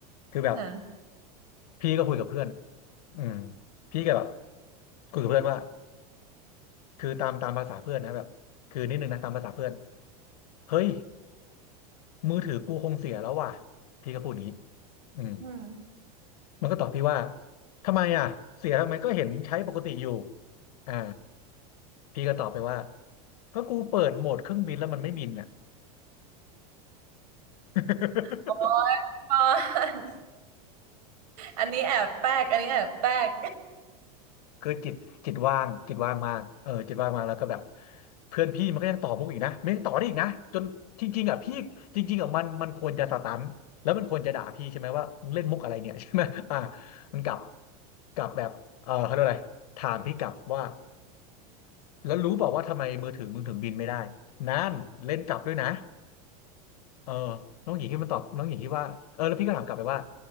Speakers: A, on the left; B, on the right.
A: คือแบบ
B: นะ
A: พี่ก็คุยกับเพื่อนอืมพี่ก็แบบคุยกับเพื่อนว่าคือตามตามภาษาเพื่อนนะแบบคือนิดนึงนะตามภาษาเพื่อนเฮ้ยมือถือกูคงเสียแล้วว่ะพี่ก็พูดอย่างนี้อืม
B: อืม
A: มันก็ตอบพี่ว่าทำไมอ่ะเสียทำไมก็เห็นใช้ปกติอยู่อ่าพี่ก็ตอบไปว่าก็กูเปิดโหมดเครื่องบินแล้วมันไม่บินอ่ะ <laughs>
B: โอ้ยบอลอันนี้แอบแป๊กอันนี้แอบแป๊ก
A: คือจิตจิตว่างจิตว่างมากเออจิตว่างมากแล้วก็แบบเพื่อนพี่มันก็ยังต่อมุกอีกนะมันยังต่อได้อีกนะจนจริงๆอ่ะพี่จริงๆอ่ะมันมันควรจะสตันแล้วมันควรจะด่าพี่ใช่ไหมว่ามึงเล่นมุกอะไรเนี่ย <laughs> ใช่ไหมอ่ามันกลับกลับแบบเออเขาเรียกอะไรถามพี่กลับว่าแล้วรู้เปล่าว่าทำไมมือถือมึงถึงบินไม่ได้นั่นเล่นกลับด้วยนะเออน้องหญิงที่มันตอบน้องหญิงที่ว่าเออแล้วพี่ก็ถามกลับไปว่า